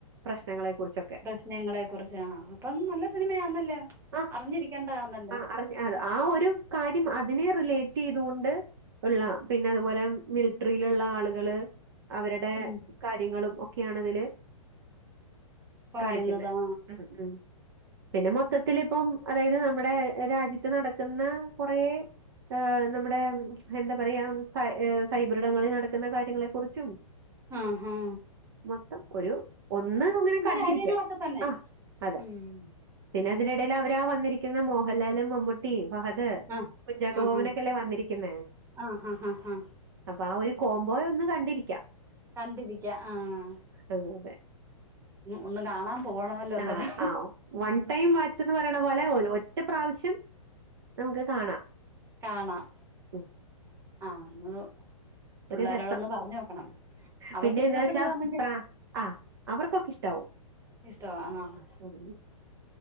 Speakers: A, on the right (about 45°); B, on the right (about 15°).
A: പ്രശ്നങ്ങളെ കുറിച്ചൊക്കെ
B: പ്രശ്നങ്ങളെ കുറിച്ച് ആഹ് അപ്പം അത് നല്ല സിനിമയാന്നല്ലോ
A: ആ
B: അറിഞ്ഞിരിക്കേണ്ടതാന്നല്ലോ
A: ആ അറിഞ്ഞ ആ ഒരു കാര്യം അതിനെ റിലേറ്റ് ചെയ്തുകൊണ്ട് ഉള്ള പിന്നെ അതുപോലെ മിലിട്ടറിയിലുള്ള ആളുകള് അവരുടെ
B: ഉം
A: കാര്യങ്ങളും ഒക് ഒക്കെയാണിതില്
B: പറയുന്നത്
A: കാണിക്കുന്നെ
B: ആ
A: ഉം ഉം പിന്നെ മൊത്തത്തിൽ ഇപ്പം അതായത് നമ്മുടെ ഏഹ് രാജ്യത്ത് നടക്കുന്ന കുറേ ഏഹ് നമ്മുടെ എന്താ പറയാ സൈ സൈബറിടങ്ങളിൽ നടക്കുന്ന കാര്യങ്ങളെ കുറിച്ചും
B: ആഹ് ആഹ്
A: മൊത്തം ഒരു ഒന്ന് ഒന്നിനെ കണ്ടിരിക്കാ
B: കാര്യങ്ങളൊക്കെ തന്നെ
A: ആഹ് അതെ
B: ഉം
A: പിന്നെ അതിനിടയില് അവരാ വന്നിരിക്കുന്ന മോഹൻലാലും മമ്മൂട്ടിം അപ്പൊ അത്
B: ആ
A: കുഞ്ചാക്കോ
B: ആഹാ
A: ബോബനൊക്കെല്ലേ വന്നിരിക്കുന്നേ
B: ആഹാഹാ
A: അപ്പൊ ആ ഒരു കോംബോയൊന്ന് കണ്ടിരിക്കാം
B: കണ്ടിരിക്ക ആഹ്
A: അത അതെ
B: ഒന്ന് കാണാൻ പോണമല്ലോ ഒന്നര
A: ആഹ് ആഹ് വൺ ടൈം വാച്ച് എന്ന് പറയണ പോളെ ഒര് ഒറ്റ പ്രാവശ്യം നമുക്ക് കാണാം
B: കാണാം
A: ഉം.
B: ആഹ് ന്ന് പിള്ളോരോടൊന്ന്
A: ഒരു രസം
B: പറഞ്ഞു നോക്കണം അവർക്ക്
A: പിന്നെ
B: ഇഷ്ടപ്പെടുവാന്നെങ്കിൽ
A: എന്താ വെച്ചാ പ്ര ആഹ് അവർക്കൊക്കെ ഇഷ്ടാവും
B: ഇഷ്ടവാ ആഹ് ആഹ്
A: ഉം.